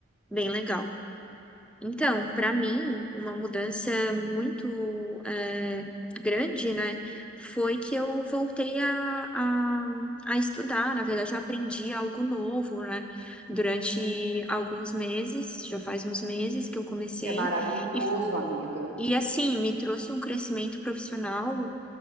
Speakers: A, in the centre; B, on the right.
A: Bem legal. Então, para mim, uma mudança muito eh, grande, né, foi que eu voltei a, a, a estudar. Na verdade, eu aprendi algo novo, né, durante alguns meses, já faz uns meses que eu comecei,
B: Isso é maravilhoso,
A: e,
B: amiga.
A: e assim, me trouxe um crescimento profissional